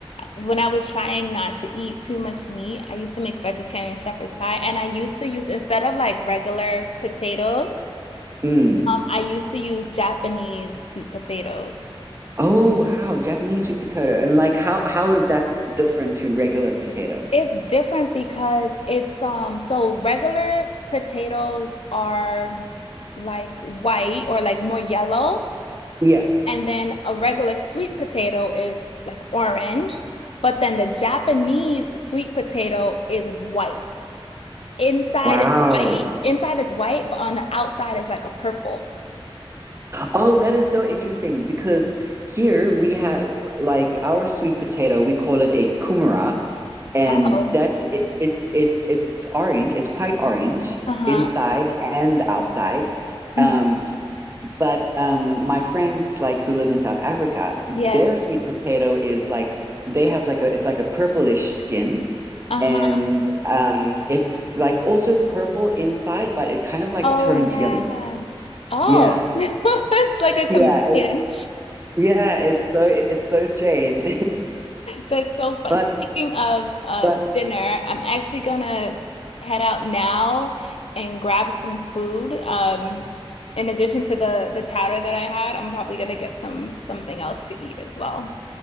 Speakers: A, on the left; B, on the right.
A: when I was trying not to eat too much meat, I used to make vegetarian shepherd's pie and I used to use instead of like regular potatoes,
B: Mm.
A: I used to use Japanese sweet potatoes.
B: Oh wow, Japanese sweet potato. And like how how is that different to regular potato?
A: It's different because it's um so regular potatoes are like white or like more yellow,
B: Yeah.
A: and then a regular sweet potato is like orange, but then the Japanese sweet potato is white. Inside
B: Wow.
A: is white, inside is white, but on the outside is like a purple.
B: Oh, that is so interesting because here we have like our sweet potato, we call it a kumara, and
A: Oh.
B: that it, it's it's it's orange, it's quite orange
A: Uh-huh.
B: inside and outside.
A: hmm
B: Um, but um my friends like who live in South Africa, their
A: Yeah.
B: sweet potato is like they have like a it's like a purplish skin
A: Uh-huh.
B: and um it's like also purple inside but it kind of like
A: Oh
B: turns
A: yeah.
B: yellow
A: Oh,
B: yeah
A: <laughs> it's like a chameleon.
B: yeah it's yeah it's so it's so strange
A: That's so fun.
B: <laughs>
A: Speaking
B: but
A: of um,
B: but
A: dinner, I'm actually gonna head out now and grab some food. Um, in addition to the the chowder that I had, I'm probably gonna get some something else to eat as well.